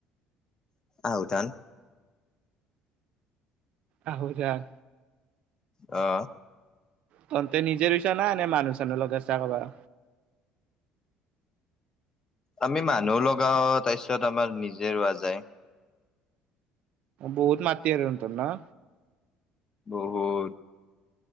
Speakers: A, on the left (about 30°); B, on the right (about 60°).
A: আহুধান।
B: আহুধান।
A: অ'।
B: তন্ততে নিজে ৰুইচা নাই নে মানুহ চানো লগাই চা কৰবাৰ?
A: আমি মানুহ লগাও তাৰ পিছত আমাৰ নিজে ৰোৱা যায়।
B: বহুত মাতি আৰু <unintelligible> ন?
A: বহুত।